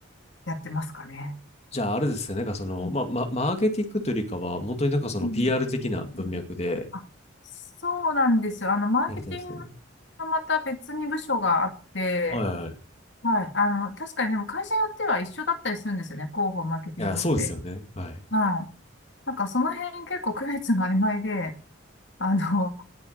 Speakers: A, on the left; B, on the left.
A: やってますかね。
B: じゃあ、あれですね。なんかその、
A: うん
B: まあ、ま、マーケティングというよりかは、本当になんかその
A: うん
B: PR 的な文脈で
A: うんあそうなんですよ。あの、マーケティング
B: やれてるんですね。
A: がまた別に部署があって、
B: はいはい。い
A: はい。あの、確かにでも会社によっては一緒だったりするんですよね。広報、マーケティングって。
B: や、そうですよね。はい。
A: はい。なんかその辺結構区別が曖昧で、あの、